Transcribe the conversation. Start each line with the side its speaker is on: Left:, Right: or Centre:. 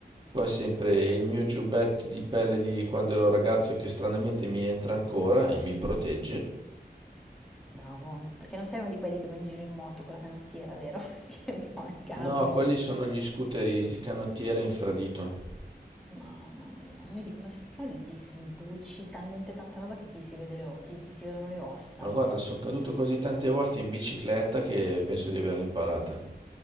Right: poi sempre il mio giubbetto di pelle di quando ero ragazzo che stranamente mi entra ancora e mi protegge.
Centre: Bravo, perché non sei uno di quelli che va in giro in moto con la canottiera, vero? <laughs> Che poi cadono
Right: No, quelli
Centre: e...
Right: sono gli scooteristi, canottiera infradito.
Centre: Mamma mia, mi dico, ma se ti cadi ti sbucci talmente tanta roba che ti si vede le, o- ti, ti si vedono le ossa.
Right: Ma guarda, sono caduto così tante volte in bicicletta che penso di averla imparata.